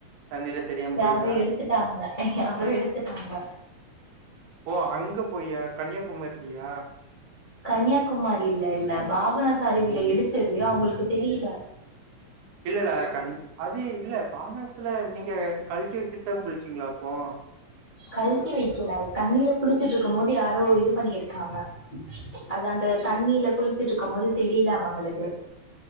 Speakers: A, on the right; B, on the left.
A: தண்ணில தெரியாம
B: கியாரோ
A: போயிட்டா
B: எடுத்துட்டாங்க யாரோ எடுத்துட்டாங்க
A: ஓ அங்க போயா கன்னியாகுமரிலியா
B: கன்னியாகுமாரில இல்ல பாபனாச அருவில எடுத்தது அவுங்களுக்கு தெரியல
A: இல்ல இல்ல கண் அது இல்ல பாபசத்ல நீங்க கல்ட்டி வச்சிட்டுதா குளிச்சீங்களா அப்போ
B: கழ்ட்டி வைக்கல தண்ணியில குடிச்சிட்டு இருக்கு போது யாரோ இது பண்ணி இருக்காங்க அது அந்த தண்ணீல குளிச்சிட்டு இருக்கு போது தெரியலா அவங்களுக்கு